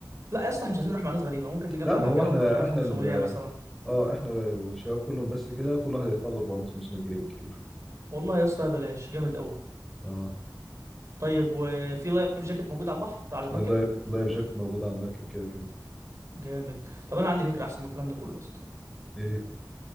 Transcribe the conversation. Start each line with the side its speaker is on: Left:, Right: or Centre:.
Right: لا يا اسطى احنا مش عايزين نروح مع ناس غريبة ممكن نجمع
Centre: لا ما
Right: الرجالة
Centre: هو احنا
Right: وندفع كل واحد
Centre: احنا
Right: 500
Centre: ال-
Right: مثلا
Centre: اه احنا والشباب كلهم بس كده كل واحد يدفع له 400 500 جنيه بالكتير
Right: والله يا اسطى بلاش جامد قوي
Centre: اه
Right: طيب وفي لايف جاكيت موجود على البحر على المركب
Centre: اللايف اللايف جاكيت موجود على المركب كده كده
Right: جامد طب انا عندي فكره احسن من الكلام ده كله يا اسطى
Centre: ايه